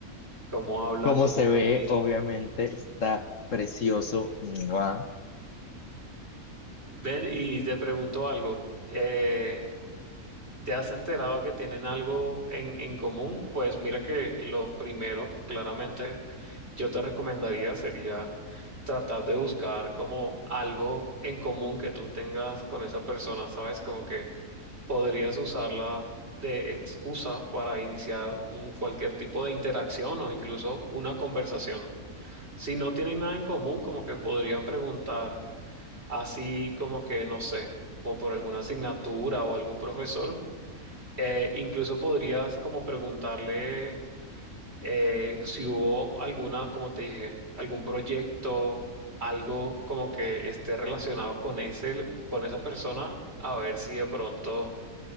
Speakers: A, on the right; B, on the left.
A: cómo habla,
B: cómo
A: cómo
B: se
A: camina.
B: ve, obviamente, está precioso. ¡Mua!
A: Ven y te pregunto algo. eh, ¿te has enterado que tienen algo en, en común? Pues mira que lo primero que claramente yo te recomendaría sería tratar de buscar como algo en común que tú tengas con esa persona, ¿sabes? Como que podrías usarla de excusa para iniciar un, cualquier tipo de interacción o incluso una conversación. Si no tienen nada en común, como que podrían preguntar así como que, no sé, o por alguna asignatura o algún profesor. Eh, incluso podrías como preguntarle eh, si hubo alguna, como te dije, algún proyecto, algo como que esté relacionado con ese, con esa persona, a ver si de pronto